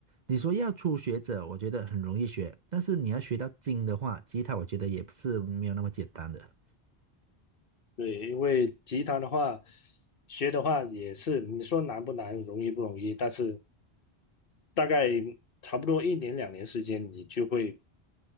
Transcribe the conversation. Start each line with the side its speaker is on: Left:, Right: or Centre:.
Right: 你说要初学者，我觉得很容易学，但是你要学到精的话，吉他我觉得也不是没有那么简单的。
Left: 对，因为吉他的话，学的话也是，你说难不难，容易不容易，但是大概差不多一年两年时间，你就会